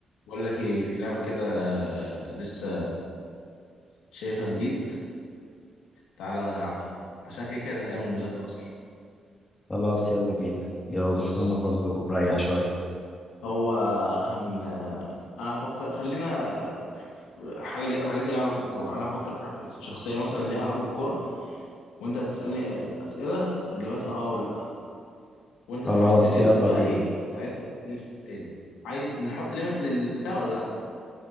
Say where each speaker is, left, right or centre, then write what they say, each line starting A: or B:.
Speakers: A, on the left; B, on the left.
A: بقول لك ايه في لعبة كده لسه شايفها جديد تعالى نلعبها عشان كده كده زهقان من المذاكرة اصلا
B: خلاص يلا بينا يلا
A: بص
B: انا برضو مريح شوية
A: هو هن انا هفكر خلينا في حاجة لي... حاجات ليها علاقة بالكورة انا هفكر في في شخصية مثلا ليها علاقة بالكورة وانت هتسألني أسئلة اجابتها اه ولا لا وانت
B: خلاص
A: تحاول تجس
B: يلا
A: بقى
B: بينا
A: ايه ساعتها مين الشخصية دي عايز نحط ليميت للبتاع ولا لا